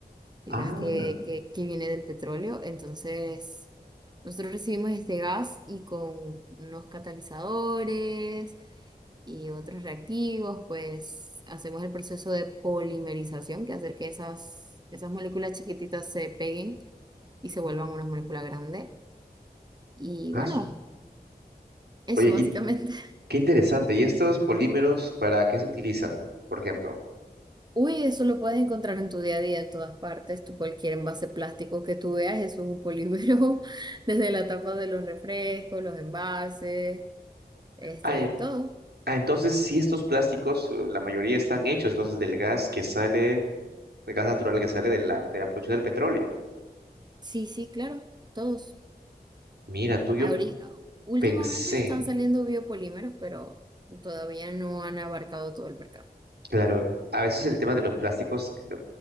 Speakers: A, on the right; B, on the right.
A: el
B: Ah,
A: gas que, que, que viene del petróleo. Entonces, nosotros recibimos este gas y con unos catalizadores y otros reactivos, pues hacemos el proceso de polimerización, que hacer que esas, esas moléculas chiquititas se peguen y se vuelvan una molécula grande. Y
B: ah,
A: bueno,
B: su-
A: eso
B: Oye, qué
A: básicamente.
B: Qué interesante. ¿Y estos polímeros para qué se utilizan, por ejemplo?
A: Uy, eso lo puedes encontrar en tu día a día, en todas partes. Tú cualquier envase plástico que tú veas, eso es un polímero, <laughs> desde la tapa de los refrescos, los envases, este,
B: Ah, en-
A: todo.
B: ah, entonces, si estos plásticos, eh, la mayoría están hechos entonces del gas que sale, el gas natural que sale de la, de la producción del petróleo.
A: Sí, sí, claro, todos.
B: Mira, tú yo
A: Ahori- últimamente
B: pensé,
A: están saliendo biopolímeros, pero todavía no han abarcado todo el mercado.
B: claro, a veces el tema de los plásticos, eh,